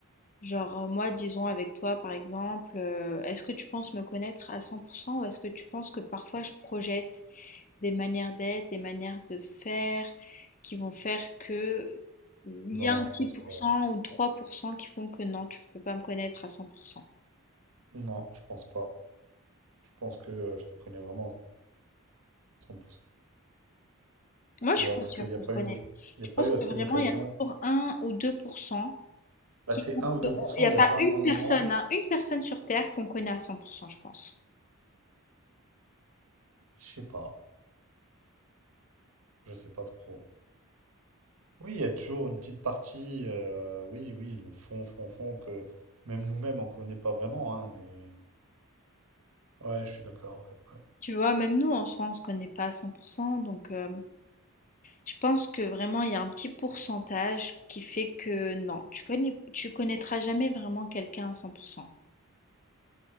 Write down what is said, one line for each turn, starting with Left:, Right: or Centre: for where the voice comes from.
Left: genre, heu, moi disons avec toi par exemple, heu, est-ce que tu penses me connaître à cent pour 100 ou est-ce que tu penses que parfois je projette des manières d'être, des manières de faire qui vont faire que il
Right: Non,
Left: y a un
Right: je
Left: petit
Right: pense
Left: pourcent
Right: pas.
Left: ou 3% qui font que non, tu peux pas me connaître à 100%.
Right: Non, je pense pas. Tu penses que je te connais vraiment à 100%.
Left: Moi, je
Right: Il
Left: suis
Right: y a-
Left: pas
Right: Parce
Left: sûre
Right: qu'il n'y a
Left: qu'on
Right: pas
Left: se connaît.
Right: eu de- il
Left: Je
Right: y a pas
Left: pense
Right: eu
Left: que
Right: assez
Left: vraiment,
Right: d'occasions.
Left: il y a toujours un ou 2%
Right: Là,
Left: qui
Right: c'est
Left: font
Right: un ou 2%.
Left: que on- il n'y
Right: Il
Left: a pas
Right: y a bien
Left: une
Right: un
Left: personne,
Right: moment,
Left: hein, une personne sur Terre qu'on connaît à 100%, je pense.
Right: je sais pas, je sais pas trop. Oui, il y a toujours une petite partie, euh, oui, oui, le fond, fond, fond, que même nous-mêmes, on connaît pas vraiment, hein, mais... Ouais, je suis d'accord, ouais, ouais.
Left: Tu vois, même nous, en soi, on se connaît pas à 100%, donc euh, je pense que vraiment, il y a un petit pourcentage qui fait que non, tu connais, tu connaîtras jamais vraiment quelqu'un à 100%.